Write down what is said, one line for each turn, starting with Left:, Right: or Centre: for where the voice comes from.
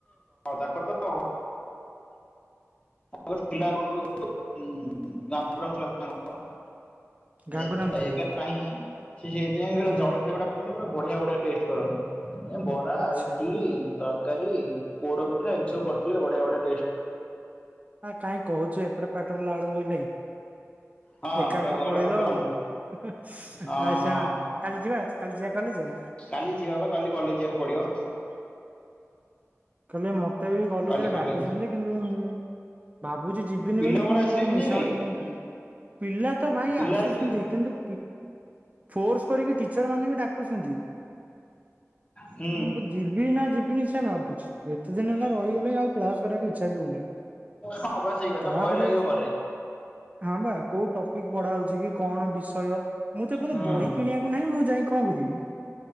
Left: ତାଙ୍କର <unintelligible> ଆ ଥିଲ <unintelligible>
Right: ଗାଙ୍ଗୁ
Left: ଏ
Right: ନାମ
Left: ତ
Right: ଥିଲା।
Left: ଏବେ ନାହିଁ ସେ ସେଇଥିପାଇଁ
Right: ହଁ
Left: ଜଳଖିଆ ଗୁଡା ନ୍ତ ପୁରା ବଢିଆ ବଢିଆ ଟେଷ୍ଟ କରନ୍ତି ଏ ବରା
Right: ଆଚ୍ଛା
Left: ଇଟିଲି ତରକାରୀ ପୋଡ ପିଠା ଏମିତି ସବୁ କରିଥିଲେ ଵଡ଼ିଆ ବଡ଼ିଆ
Right: ହ କାହିଁ କହୁଛୁ ଏପଟେ ପାଟିରୁ ଲାଳ ବହିଲାଣି
Left: ହଁ
Right: ଏକା
Left: ପୁରା
Right: ଏକା
Left: ଗରମ
Right: ପଳେଇଲ
Left: ଗରମ
Right: ଆଉ ଆ
Left: ହଁ
Right: ସେଣା
Left: ହଁ
Right: କାଲି ଯିବା କାଲି ଯିବା କଲେଜ
Left: କାଲି ଯିବା ବା କାଲି କଲେଜ୍ ଯିବାକୁ ପଡିବ
Right: <unintelligible> କାଲି ମତେ ବି କଲେଜରେ
Left: କାଲି କଲେଜ
Right: ଡାକୁଛନ୍ତି ଯେ କିନ୍ତୁ ମୁଁ ଭାବୁଛି ଯିବିନି
Left: ପିଲା
Right: ବୋଲି
Left: ମୋର
Right: ପୁଣି
Left: ଆସିବେ
Right: କଣ
Left: କି
Right: ମିଶା
Left: ନାଇଁ କାଲି
Right: ହଉଛି ପୁଣି ଯିବି। ପିଲା ତ ଭାଇ
Left: ପିଲା
Right: ଆସୁଛନ୍ତି
Left: ଆସିବେ
Right: କିନ୍ତୁ ଫୋର୍ସ କରିକି ଟିଚର ମାନେ ବି ଡାକୁଛନ୍ତି।
Left: କି
Right: ମୁଁ ଜି ଯି ନା ଯିବିନି ସେୟା ଭାବୁଛି ଏତେ ଦିନି ହେଲା
Left: ହୁଁ
Right: ରହିଗଲିଣି ଆଉ କ୍ଲାସ୍ କରିବାକୁ ଆଉ ଇଚ୍ଛା ବି ହଉନି।
Left: ହଁ ବା ସେଇ କଥା
Right: ତାପରେ
Left: ଭୟ ଲାଗିବ ଗଲେ।
Right: ହଁ ବା କୋଉ ଟପିକ୍ ପଢା ହଉଛି କି କଣ ବିଷୟ ମୁଁ ତ ଏ ପର୍ଯ୍ୟନ୍ତ
Left: ହୁଁ
Right: ବହି କିଣିବାକୁ ନାହିଁ ମୁଁ ଯାଇ କଣ କରିବି?